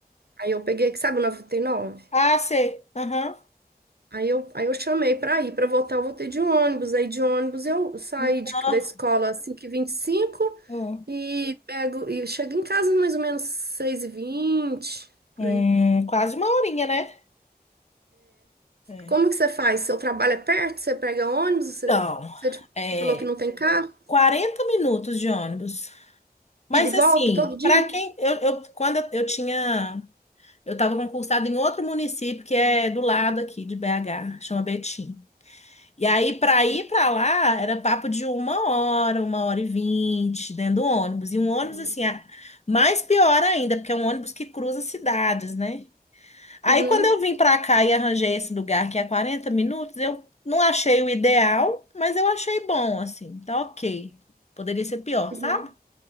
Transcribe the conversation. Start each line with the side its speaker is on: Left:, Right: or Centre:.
Right: Aí eu peguei, que sabe, o novecentos e trinta e nove.
Left: Ah, sei. Aham.
Right: Aí eu, aí eu chamei para ir, para voltar, eu voltei de ônibus. Aí de ônibus eu saí
Left: Nó.
Right: de- da escola às 5 e 25
Left: Hum.
Right: e cinco e pego e chego em casa mais ou menos seis e vinte por
Left: Hum,
Right: aí.
Left: quase uma horinha, né? É.
Right: Como que você faz? Seu trabalho é perto? Você pega ônibus? Você,
Left: Então,
Right: você,
Left: é,
Right: você falou que não tem carro?
Left: 40 minutos de ônibus. Mas
Right: Ida e volta
Left: assim,
Right: todo dia?
Left: para quem eu, eu- quando eu, eu tinha Eu estava concursada em outro município que é do lado aqui de BH, chama Betim. E aí, para ir para lá, era papo de uma hora, uma hora e vinte, dentro do ônibus. E um ônibus,
Right: Sim.
Left: assim, ah, mais pior ainda, porque é um ônibus que cruza cidades, né? Aí,
Right: Uhum,
Left: quando eu vim para cá e arranjei esse lugar que é 40 minutos, eu não achei o ideal, mas eu achei bom, assim, tá ok. Poderia ser pior,
Right: uhum,
Left: sabe?